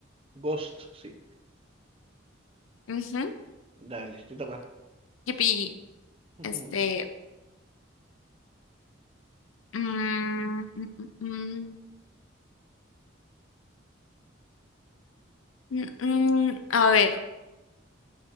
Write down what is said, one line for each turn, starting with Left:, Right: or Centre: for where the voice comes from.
Right: Ghost, sí.
Left: Ujú.
Right: Dale, te toca.
Left: Yupi,
Right: Ujú.
Left: Este. Mm, mm, mm, mm, mm, mm, a ver,